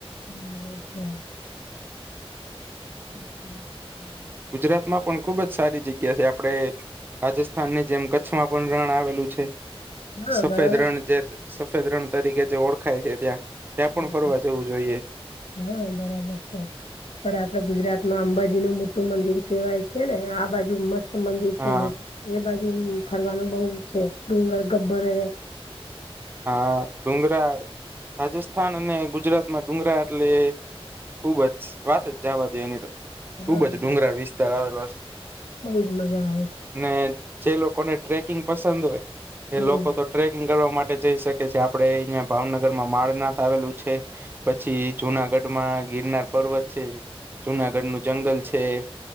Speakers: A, on the left (about 85°); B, on the right (about 20°).
A: હા છે અચ્છા હ
B: ગુજરાતમાં પણ ખુબ જ સારી જગ્યા છે આપડણે. રાજસ્થાન ની જેમ કચ્છમાં પણ રણ આવેલું છે.
A: હા
B: સફેદ
A: બરાબર
B: રણ જે સફેદ રણ તરીકે જે ઓળખાય છે ત્યાં. ત્યાં પણ
A: બરાબર
B: ફરવા જવું
A: છે
B: જોઈએ
A: હ બરાબર છે. પણ આપડે ગુજરાત માં અંબાજી નું મોટું મંદિર કહેવાય છે ને આ બાજુ મસ્ત મંદિર
B: હા
A: છે મોટું એ બાજુ ફરવાનું બઉ છે ડુંગર ગબ્બરએ
B: હા ડુંગરા રાજસ્થાન અને ગુજરાતમાં ડુંગરા એટલે ખુબ જ વાત જ જાવા દેએની તો. ખુબ
A: હા
B: જ ડુંગરાળ વિસ્તાર આવેલો છ
A: બહુ જ મજા આવે છે.
B: ને જે લોકોને ટ્રેકિંગ પસંદ હોય એ
A: હમ
B: લોકો તો ટ્રેકિંગ કરવા માટે જઈ શકે છે આપડે અહિયાં ભાવનગર માં માળનાથ આવેલું છે પછી જુનાગઢ માં ગિરનાર પર્વત છે જુનાગઢ નું જંગલ છે